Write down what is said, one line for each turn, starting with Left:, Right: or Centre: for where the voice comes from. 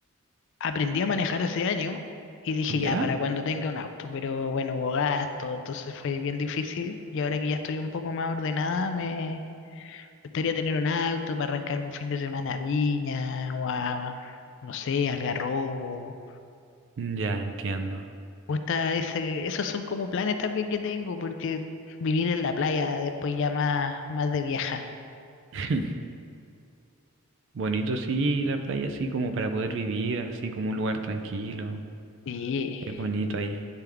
Left: aprendí a manejar hace año y dije
Right: ¿ya?
Left: ya para cuando tenga un auto, pero bueno, hubo gasto, entonces fue bien difícil y ahora que ya estoy un poco más ordenada me gustaría tener un auto para arrancarme un fin de semana a Viña o a, no sé, Algarrobo.
Right: Mm, Ya entiendo.
Left: Me Gusta ese, esos son como planes también que tengo porque vivir en la playa después ya más, más de vieja.
Right: <laughs> Bonito, sí, la playa así como para poder vivir, así como un lugar tranquilo.
Left: Sí.
Right: Es bonito ahí.